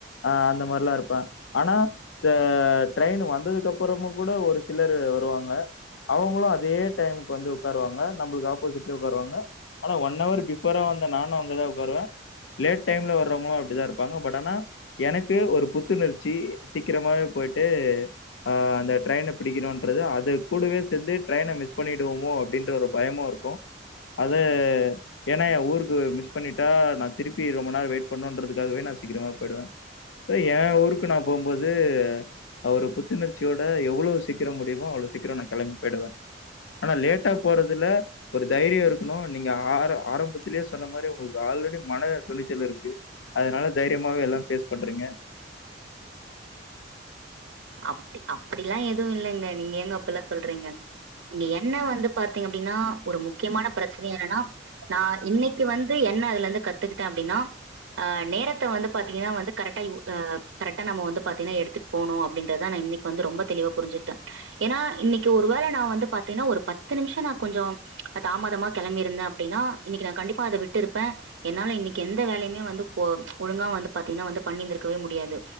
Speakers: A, on the left; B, on the right.
A: ஆ அந்த மாரில்லா இருப்பே ஆனா இந்த ட்ரெயின் வந்ததுக்கு அப்புறமும் கூட ஒரு சிலரு வருவாங்க அவங்களு அதே டைம்க்கு வந்து ஓக்காருவாங்க நம்பளுக்கு ஆப்போசிட்ல ஓக்காருவாங்க ஆனா ஒன் ஹவர் பிஃபோர வந்த நானு அங்கதா ஓக்காருவே லேட் டைம்ல வர்றவங்களு அப்டிதா இருப்பாங்க பட் ஆனா எனக்கு ஒரு புத்துணர்ச்சி சீக்கிரமாவே போயிட்டு ஆ அந்த ட்ரெயனை பிடிக்கணும்ன்றது அது கூடவே சேந்து ட்ரெயின மிஸ் பண்ணிடுவோமோ அப்டின்ற ஒரு பயமும் இருக்கும் அத ஏன்னா எ ஊருக்கு மிஸ் பண்ணிட்டா நா திருப்பி ரொம்ப நேரம் வெயிட் பண்ணுன்றதுக்காகவே நா சீக்கிரமா போயிடுவே எ ஊருக்கு நா போம்ப போது அவரு புத்துணர்ச்சியோட எவ்ளோ சீக்கிரம் முடியுமோ அவ்ளோ சீக்கிரம் நா கெளம்பி போயிடுவே ஆனா லேட்டா போறதுல ஒரு தைரியம் இருக்கணு நீங்க ஆ. ஆரம் ஆரம்பத்திலயே சொன்ன மாரி வாழ்றதுக்கு மன துணிச்சல் இருக்கு அதனால தைரியமாவே எல்லா ஃபேஸ் பண்றிங்க
B: அப்டி அப்டிலா எதுவு இல்லங்க நீங்க ஏங்க அப்புல்லா சொல்றீங்க இங்க என்ன வந்து பாத்தீங்க அப்டின்னா ஒரு முக்கியமான ப்ரச்சனை என்னன்னா நா இன்னிக்கு வந்து என்ன அதுலந்து கத்துக்கிட்டே அப்டினா ஆ நேரத்த வந்து பாத்தீங்கன்னா வந்து கரெட்டா யூ ஆ கரெட்டா நம்ம வந்து பாத்தீங்கன்னா எடுத்துட் போனும் அப்டின் அதா நா இன்னிக்கு வந்து நா ரொம்ப தெளிவா புரிஞ்சுகிட்டே ஏனா இன்னிக்கு ஒரு வேல நா வந்து பாத்தின்ன ஒரு பத்து நிமிஷ நா கொஞ்சம் அ தாமதம்மா கெளம்பிருந்தே அப்டின இன்னிக்கு நா கண்டிப்பா அத விட்டு இருப்பே என்னால இன்னிக்கு எந்த வேலையுமே. வந்து போ ஒழுங்கா வந்து பாத்திகன்ன வந்து. பண்ணி இருந்துக்கவே முடியாது